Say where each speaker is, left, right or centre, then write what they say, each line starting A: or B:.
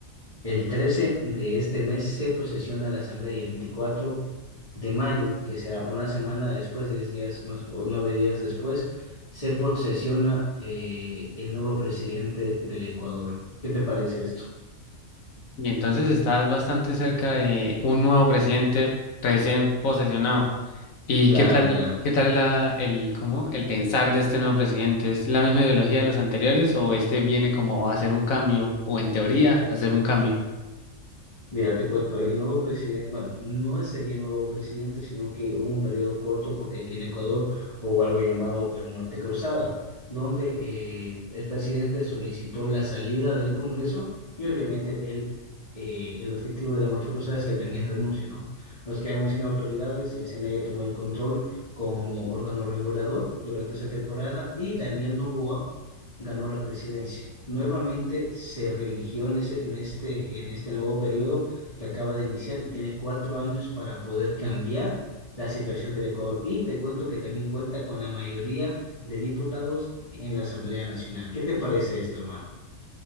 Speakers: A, on the left (about 25°); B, on the left (about 75°).
A: El 13 de este mes se posesiona la asamblea y el 24 de mayo, que será una semana después, 10 días más o 9 días después, se posesiona eh, el nuevo presidente del Ecuador. ¿Qué te parece esto?
B: Y entonces estás bastante cerca de un nuevo presidente recién posesionado. ¿Y
A: Claro,
B: qué tal,
A: claro.
B: qué tal la, el, cómo, el pensar de este nuevo presidente? ¿Es la misma ideología de los anteriores o este viene como a hacer un cambio o en teoría a hacer un cambio?
A: Mira, te cuento, el nuevo presidente, bueno, no sería el nuevo presidente, sino que hubo un periodo corto porque aquí en Ecuador hubo algo llamado eh, muerte cruzada, donde eh, el presidente solicitó la salida del Congreso y obviamente él, eh, el objetivo de la muerte cruzada es que él también renuncie, ¿no? Nos quedamos sin autoridades, el CNE tomó el control como órgano regulador durante esa temporada y Daniel Noboa ganó la presidencia. Nuevamente se reeligió en ese- en este, en este nuevo periodo que acaba de iniciar y tiene cuatro años para poder cambiar la situación del Ecuador. Y te cuento que también cuenta con la mayoría de diputados en la Asamblea Nacional. ¿Qué te parece esto, hermano?